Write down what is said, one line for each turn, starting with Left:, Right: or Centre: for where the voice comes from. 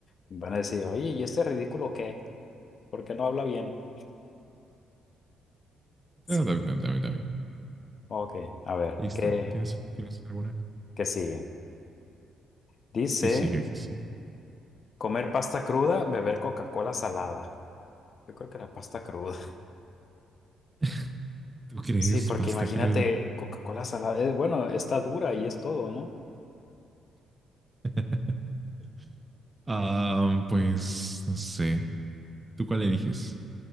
Left: van a decir, oye, ¿y este ridículo qué? ¿Por qué no habla bien? Sí,
Right: Ah, También, también, también.
Left: ok, a ver,
Right: Listo.
Left: ¿qué,
Right: ¿Tienes, ¿Tienes alguna?
Left: qué sigue? Dice,
Right: Que siga, que siga.
Left: comer pasta cruda, beber Coca-Cola salada. Yo creo que la pasta cruda.
Right: <laughs> ¿Tú crees
Left: Sí, porque
Right: pasta
Left: imagínate
Right: cruda?
Left: Coca-Cola salada. eh, bueno, está dura y es todo, ¿no?
Right: <laughs> Ah, pues no sé. ¿Tú cuál eliges?